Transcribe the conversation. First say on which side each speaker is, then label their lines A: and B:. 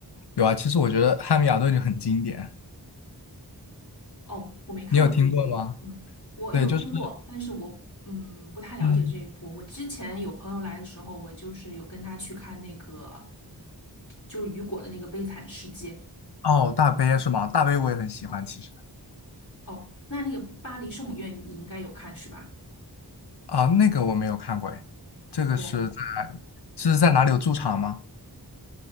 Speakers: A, on the left (about 70°); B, on the left (about 45°).
A: 有啊，其实我觉得《汉密尔顿》就很经典，
B: 哦，我没看过这一部，
A: 你有听过吗？
B: 嗯，我有听过，
A: 对，就是。
B: 但是我嗯不太了解这一部。
A: 嗯，
B: 我之前有朋友来的时候，我就是有跟他去看那个，就是雨果的那个《悲惨世界》。
A: 哦，大杯是吗？大杯我也很喜欢，其实
B: 哦，那那个巴黎圣母院你应该有看是吧？
A: 啊，那个我没有看过哎，这个是在
B: 哦哦，
A: 是在哪里有驻场吗？